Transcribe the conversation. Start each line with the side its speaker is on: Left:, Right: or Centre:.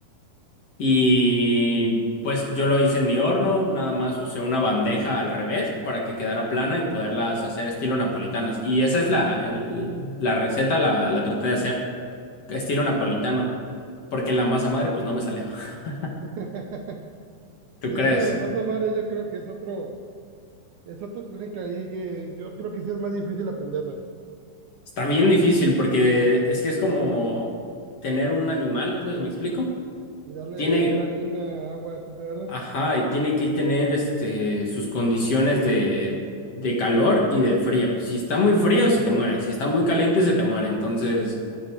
Left: Y pues yo lo hice en mi horno, nada más usé una bandeja al revés para que quedara plana y poderlas hacer estilo napolitanas. Y esa es la, el- la receta, la, la traté de hacer. estilo napolitano, porque la masa madre pues no me salió. <laughs>
Right: <laughs>
Left: ¿Tú
Right: Sí,
Left: crees?
Right: eso de la masa madre yo creo que es otro, es otra técnica ahí que yo creo que sí es más difícil aprenderla
Left: Está bien difícil porque es que es como tener un animal, pues, ¿me explico?
Right: y darle
Left: Tiene,
Right: de comer harina, agua, etcétera, ¿verdad?
Left: ajá, y tiene que tener este sus condiciones de, de calor y de frío. Si está muy frío, se te muere. Si está muy caliente, se te muere. Entonces,